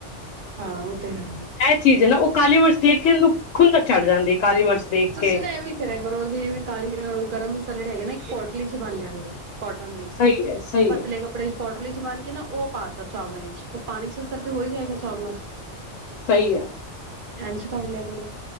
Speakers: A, on the right (about 55°); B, on the left (about 80°).
A: ਹਾਂ ਉਹ ਤੇ ਹੈ
B: ਇਹ ਚੀਜ਼ ਹੈ ਨਾ ਉਹ ਕਾਲੀ ਮਿਰਚ ਦੇਖ ਕੇ ਉਹਨੂੰ ਖੁੰਦ ਤੱਕ ਛੱਡ ਜਾਂਦੀ ਹੈ, ਕਾਲੀ ਮਿਰਚ ਦੇਖ
A: ਤੁਸੀਂ
B: ਕੇ
A: ਨਾ ਐਵੇਂ ਕਰਿਆ ਕਰੋ ਜਵੇਂ ਕਾਲੀਹ ਗਰਮ ਮਸਾਲੇਡ ਹੈਗੇ ਨੇ ਪੋਟਲੀ ਚ ਬਾਂਿਆ ਗੁਰੋ ਕੋਟਨ ਦੀ
B: ਸਹੀ ਹੈ ਸਹੀ
A: ਪਤਲੇ
B: ਹੈ
A: ਕੱਪੜੇ ਚ ਕੋਟਨ ਜ ਬਾਨ ਕੇ ਨਾ ਉਹ ਪਾਤਾ ਚਾਵਲਾਂ ਵਿੱਚ ਉਹ ਪਾਣੀ ਚ ਤੇ ਹੋ ਹੀ ਜਾਏਗਾ ਚਾਰ ਮ
B: ਸਹੀ ਹੈ
A: ਅਜ ਕ ਲੈ ਕੁੜ